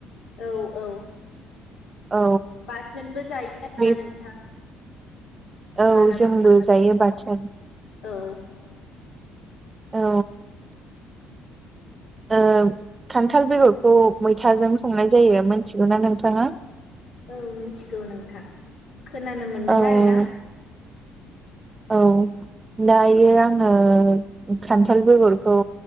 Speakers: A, on the left; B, on the right.
A: औ-औ
B: औ
A: बाथोनबो जायो आरोना
B: बे
A: नोंथां।
B: औ
A: मालाबा
B: जोंबो
A: मालाबा
B: जायो बाथोन
A: औ।
B: औ ओ खान्थाल बेगरखौ मैथाजों संनाय जायो मोनथिगौना नोंथाङा।
A: औ मिथिगौ नोंथां खोनानो मोनदों
B: औ
A: आरोना
B: औ दायो आङो खान्थाल बेगरखौ